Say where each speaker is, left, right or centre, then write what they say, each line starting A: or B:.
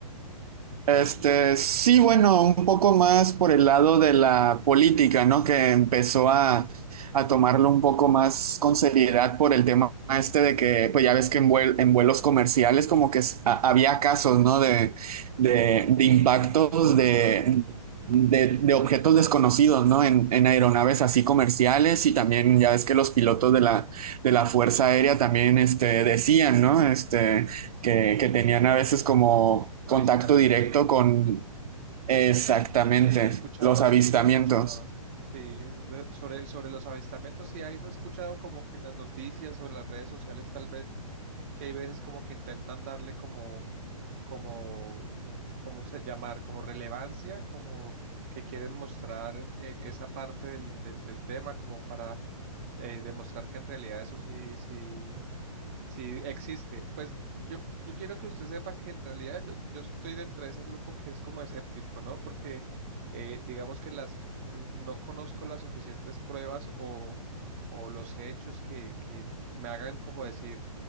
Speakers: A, on the right; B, on the right.
A: Este, sí, bueno, un poco más por el lado de la política, ¿no? Que empezó a, a tomarlo un poco más con seriedad por el tema este de que, pues ya ves que en, vuel- en vuelos comerciales como que s- a- había casos, ¿no? De, de, de impactos de, de, de objetos desconocidos, ¿no? En, en aeronaves así comerciales y también ya ves que los pilotos de la, de la Fuerza Aérea también, este, decían, ¿no? Este que, que tenían a veces como contacto
B: Avistamientos.
A: directo con exactamente
B: Sí, yo he escuchado,
A: los avistamientos.
B: eso sí lo he escuchado. Sí, de- sobre, sobre los avistamientos, sí algo he escuchado como que en las noticias o en las redes sociales tal vez, que hay veces como que intentan darle como, como, ¿cómo se llamar? Como relevancia, como que quieren mostrar eh, esa parte del, del, del tema como para eh, demostrar que en realidad eso sí, sí, Sí, existe. Pues yo, yo quiero que usted sepa que en realidad yo, yo estoy dentro de ese grupo que es como escéptico, ¿no? Porque eh, digamos que las n- no conozco las suficientes pruebas o, o los hechos que, que me hagan como decir